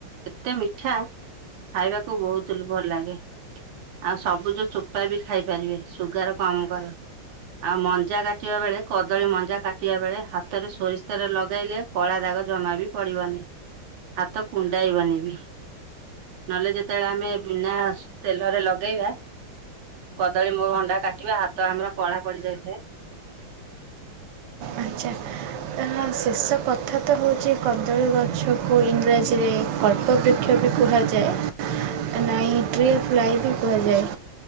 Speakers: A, on the right (about 80°); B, on the right (about 75°).
A: ଏତେ ମିଠା ଖାଇବାକୁ ବହୁତ୍ ଭଲ ଲାଗେ। ଆଉ ସବୁଜ ଚୋପା ବି ଖାଇପାରିବେ ସୁଗାର କମ କରେ। ଆଉ ମଞ୍ଜା କାଟିବା ବେଳେ କଦଳୀ ମଞ୍ଜା କାଟିବା ବେଳେ ହାତରେ ସୋରିଷ ତେଲ ଲଗାଇଲେ କଳା ଦାଗ ଜମା ବି ପଡିବନି ହାତ କୁଣ୍ଡାଇବନି ବି। ନହେଲେ ଯେତେବେଳେ ଆମେ ବିନା ତେଲରେ ଲଗେଇ ଲଗେଇବା କଦଳୀ ମୋ ଭଣ୍ଡା କାଟିବା ହାତ ଆମର କଳା ପଡିଯାଇଥାଏ।
B: ଆଚ୍ଛା। ତାହା ଶେଷ କଥା ତ ହଉଛି କଦଳୀ ଗଛକୁ ଇଂରାଜୀରେ କଳ୍ପ ବୃକ୍ଷ ବି କୁହାଯାଏ ନାଇଁ ଟ୍ରି ଅଫ୍ ଲାଇ ବି କୁହାଯାଏ।